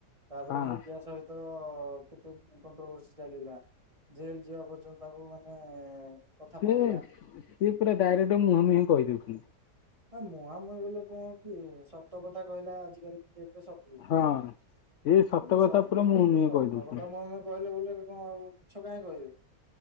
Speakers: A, on the right (about 20°); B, on the left (about 65°).
A: ତାପରେ
B: ଖାନ
A: ମିଡିଆ ସହିତ କେତେ କଣ୍ଟ୍ରଭସି ଚାଲିଲା। ଜେଲ ଯିବା ପର୍ଯ୍ୟନ୍ତ ତାକୁ ମାନେ କଥା
B: ସେ
A: ପଳେଇଲା।
B: ସିଏ ପୁରା ଡାଇରେକ୍ଟ ମୁହଁ ମୁହିଁ କହିଦେଉଛନ୍ତି।
A: ଆ ମୁହାଁମୁହିଁ ବୋଲେ କନ କି ସତ କଥା କହିଲା ଆଜିକାଲି ଡେଟରେ ସ <unintelligible>
B: ହଁ। ଏ ସତ କଥା
A: ସ
B: ପୁରା ମୁହଁ ମୁହିଁ
A: ସତ
B: କହିଦଉଛନ୍ତି।
A: କଥା ମେ କହିଲେ ବୋ ଣ ଆଉ ମିଛ କାହିଁ କହିବି।